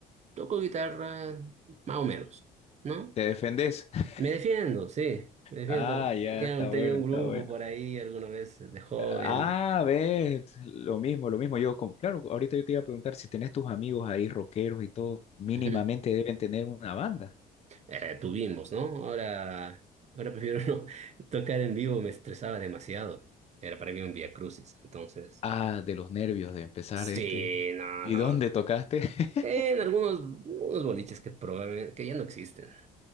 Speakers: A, on the right; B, on the left.
A: toco guitarra, más o menos, ¿no?
B: te defendés. <laughs>
A: Me defiendo, sí, me defiendo.
B: Ah, ya,
A: Tenía,
B: está
A: tenía
B: bueno,
A: un
B: está
A: grupo
B: bueno.
A: por ahí alguna vez de joven.
B: Ah, ves, lo mismo, lo mismo. Yo, como- claro, ahorita yo te iba a preguntar si tenés tus amigos ahí rockeros y todo, mínimamente
A: Ujú.
B: deben tener una banda.
A: Eh, tuvimos, ¿no? Ahora, ahora prefiero <laughs> no tocar en vivo, me estresaba demasiado. Era para mí un vía crucis, entonces...
B: Ah, de los nervios de empezar
A: Sí,
B: este.
A: no,
B: ¿Y
A: no.
B: dónde tocaste? <laughs>
A: En algunos, unos boliches que probé, que ya no existen.